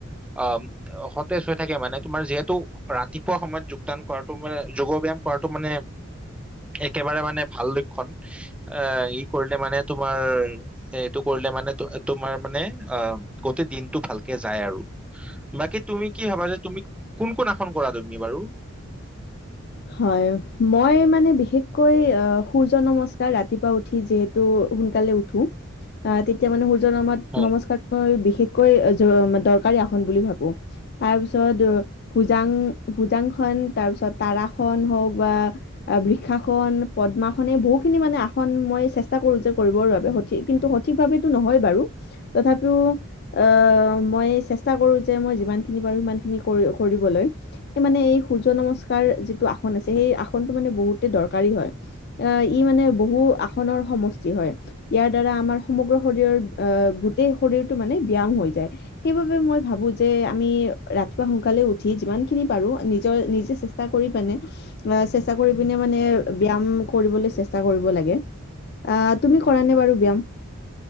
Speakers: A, in the centre; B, on the left (about 50°).
A: অ' সতেজ হৈ থাকে মানে। তোমাৰ যিহেতু ৰাতিপুৱা সময়ত যোগদান কৰাটো মানে যোগ ব্যায়াম কৰা মানে একেবাৰে মানে ভাল লক্ষ্যণ। অ' ই কৰিলে মানে তোমাৰ এইটো কৰিলে মানে তোমাৰ মানে অ' গোটেই দিনতটো ভালকে যায় আৰু। বাকী তুমি কি ভাবা যে তুমি কোন কোন আসন কৰা তুমি বাৰু?
B: হয় মই মানে বিশেষকৈ সূৰ্য নমস্কাৰ ৰাতিপুৱা উঠি যে সোনকালে উঠো অ' তেতিয়া মানে সূৰ্য নত
A: হয়
B: নমস্কাৰ মই বিশেষকৈ দৰকাৰী আসন বুলি ভাবো। তাৰপিছত ভোজাং ভোজাংসন তাৰ পিছত তাৰসন হওঁক বা বৃক্ষাসন পদ্মাসন এই বহুখিনি মানে আসন মই চেষ্টা কৰো যে কৰিবৰ বাবে, সঠিক কিন্তু সঠি ঠিক ভাৱে নহয় বাৰু তথাপিও আহ মই চেষ্টা কৰো যে মই যিমানখিনি পাৰো সিমানখিনি কৰিবলৈ এই মানে এই সূৰ্য নমস্কাৰ যিটো আসন আছে সেই আসনটো মানে বহুতে দৰকাৰী হয়। আহ ই মানে বহু আসনৰ সমষ্টি হয়। ইয়াৰ দ্বাৰা আমাৰ সমগ্ৰ শৰীৰৰ আহ গোটেই শৰীৰটো মানে ব্যায়াম হৈ যায়। সেইবাবে মই ভাবো যে আমি ৰাতিপুৱা সোনকালে উঠি যিমান খিনি পাৰো নিজৰ নিজে চে ষ্টা কৰি পিনে অ চেষ্টা কৰি পিনে মানে ব্যয়াম কৰিবলৈ চেষ্টা কৰিব লাগে। তুমি কৰা নে বাৰু ব্যায়াম?